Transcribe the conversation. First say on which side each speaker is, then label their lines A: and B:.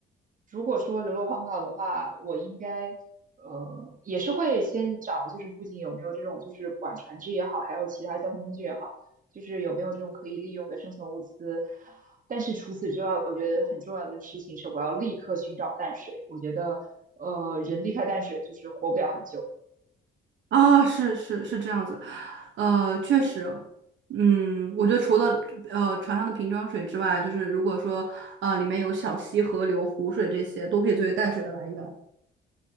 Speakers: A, on the right (about 40°); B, on the right (about 70°).
A: 如果说流落荒岛的话，我应该呃也是会先找，就是附近有没有这种，就是不管船只也好，还有其他交通工具也好，就是有没有这种可以利用的生存物资。但是除此之外，我觉得很重要的事情是，我要立刻寻找淡水。我觉得呃人离开淡水就是活不了很久。
B: 啊，是是是这样子，呃，确实，嗯，我觉得除了呃船上的瓶装水之外，就是如果说呃里面有小溪、河流、湖水这些，都可以作为淡水的来源，